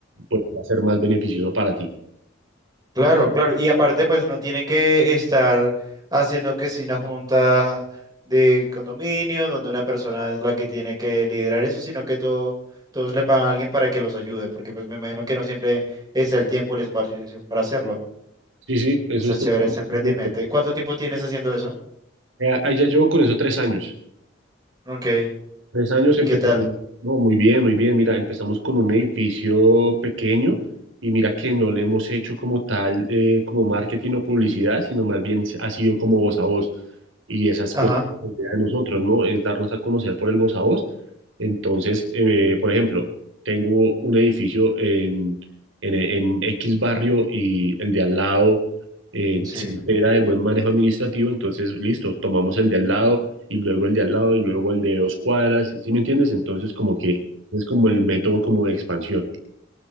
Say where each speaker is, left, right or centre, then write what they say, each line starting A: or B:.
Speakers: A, on the right (about 85°); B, on the right (about 20°).
A: pues va a ser más beneficioso para ti.
B: Claro, claro. Y aparte, pues no tienen que estar haciendo que si una junta de condominio, donde una persona es la que tiene que liderar eso, sino que todo, todos le pagan a alguien para que los ayude, porque pues me imagino que no siempre es el tiempo, el espacio para hacerlo.
A: Sí, sí, eso
B: Está
A: es
B: chévere
A: totalmente
B: ese emprendimiento.
A: cierto.
B: ¿Y cuánto tiempo tienes haciendo eso?
A: Eh, Ahí ya llevo con eso tres años.
B: Ok.
A: Tres años
B: ¿Y
A: empezamos,
B: qué tal?
A: no, muy bien, muy bien. Mira, empezamos con un edificio pequeño y mira que no le hemos hecho como tal, eh, como marketing o publicidad, sino más bien ha sido como voz a voz. Y esa es
B: Ajá.
A: pues la idea de nosotros, ¿no? Es darnos a conocer por el voz a voz. Entonces, eh, por ejemplo, tengo un edificio en, en, en X barrio y el de al lado eh,
B: Sí.
A: se entera del buen manejo administrativo, entonces, listo, tomamos el de al lado y luego el de al lado y luego el de dos cuadras, ¿sí me entiendes? Entonces como que es como el método como de expansión.